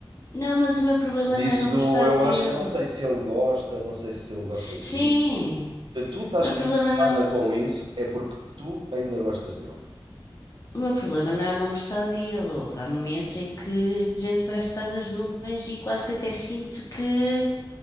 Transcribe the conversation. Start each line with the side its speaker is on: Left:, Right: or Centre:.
Left: Não, mas o meu problema
Right: Disse
Left: não é não
Right: do
Left: gostar
Right: eu
Left: dele.
Right: acho, eu não sei se ele gosta, não sei se ele gosta
Left: Sim,
Right: de mim. Se tu estás
Left: o meu
Right: preocupada
Left: problema não,
Right: com isso, é porque tu ainda gostas dele.
Left: o meu problema não é não gostar dele. Houve, há momentos em que a gente parece estar nas nuvens e quase que até sinto que